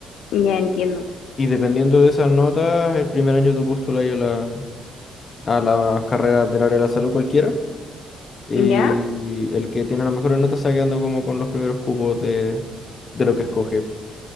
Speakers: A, on the left (about 80°); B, on the left (about 35°).
A: Ya entiendo.
B: Y dependiendo de esas notas, el primer año tú postulas a la, a las carreras del área de la salud cualquiera. Y
A: ¿Ya?
B: el que tiene las mejores notas está quedando como con los primeros cupos de, de lo que escoge.